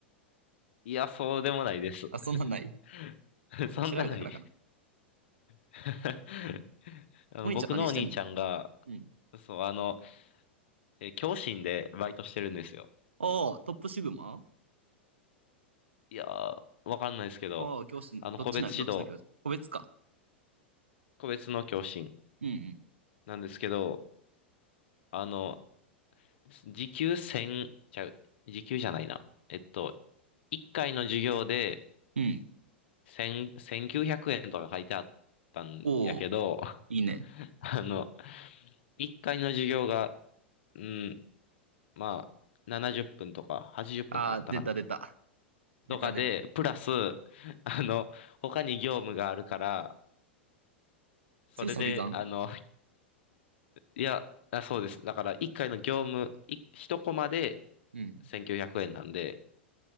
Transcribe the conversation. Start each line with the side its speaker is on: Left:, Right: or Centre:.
Left: いや、そうでもないです。
Right: あ、そんなんない
Left: <laughs> そんなのい
Right: 調べたからかな。
Left: <laughs> あの、
Right: お兄ちゃん何してんの
Left: 僕のお兄ちゃんが、
Right: うん。
Left: そう、あの、えー教師でバイトしてるんですよ。
Right: ああ、トップシグマ
Left: いやー、わかんないですけど、
Right: ああ、教師、
Left: あの、
Right: どっちなんどっちの教師個別か。
Left: 個別指導、個別の教師
Right: うん
Left: なんですけど、あの、時給1000、ちゃう、時給じゃないな。えっと、1回の授業で
Right: うん。うん。
Left: 1000、9 0 0円とか書いてあったんやけど、
Right: おお、いいね。
Left: <laughs> あの、1回の授業が、うん、まあ、70分とか80分とかやったかな。
Right: ああ、出た出た。出た出た。
Left: とかで、プラス、<laughs> あの、他に業務があるから、それで、
Right: それサビ残
Left: あの、いや、あ、そうです。だから、1回の業務、い1コマで
Right: うん。
Left: 1900円なんで、